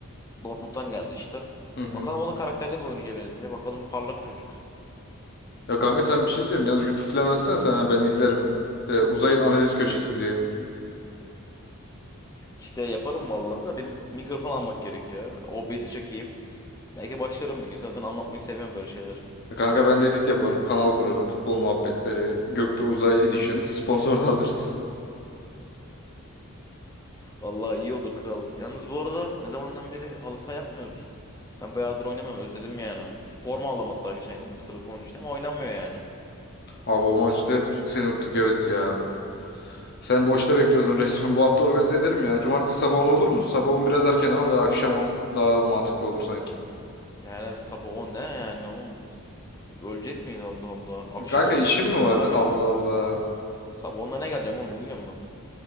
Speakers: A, on the left (about 15°); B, on the left (about 50°).
A: Dortmund'dan geldi işte.
B: Hı hı.
A: Bakalım o da karakterli bir oyuncuya benziyor. Bakalım parlak çocuk.
B: Ya kanka sen bir şey diyeceğim. Yalnız YouTube falan açsana sen. ha, Ben izlerim. E, uzayın analiz köşesi diye.
A: İşte yaparım vallahi da bir mik- mikrofon almak gerekiyor. OBS'e çok iyiyim. Belki başlarım bir gün. Zaten anlatmayı seviyorum böyle şeyler.
B: E, Kanka ben de edit yaparım. Kanal kurarım. Futbol muhabbetleri. Gökte Uzay Edition. <laughs> Sponsor da alırız.
A: Vallahi iyi olur kral. Yalnız bu arada ne zamandan beri halı saha yapmıyoruz. Ben bayağıdır oynamam özledim yani. Forma aldım hatta geçen gün sırf onun için ama oynanmıyor yani.
B: Abi o maçta hep seni unuttuk evet ya. Sen boşta bekliyordun resmen. Bu hafta organize edelim ya. Cumartesi sabah 10 olur mu? Sabah 10 biraz erken ama böyle akşam 10 daha mantıklı olur sanki.
A: Yani evet, sabah 10 ne yani? Oğlum, öleceğiz miyiz Allah Allah? Akşam
B: Kanka
A: 10
B: işim
A: olur.
B: mi var?
A: Ola
B: Allah
A: minimum.
B: Allah.
A: Sabah 10'da ne geleceğim oğlum uyuyorum ben.